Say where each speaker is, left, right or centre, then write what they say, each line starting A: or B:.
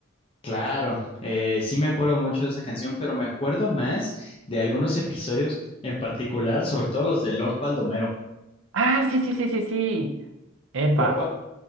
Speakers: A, on the left (about 25°); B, on the right (about 75°).
A: claro. Eh, sí me acuerdo mucho de esa canción, pero me acuerdo más de algunos episodios en particular, sobre todo los de Lord Baldomero.
B: Ah, sí, sí, sí, sí, sí. Epa,
A: Lord, Ba-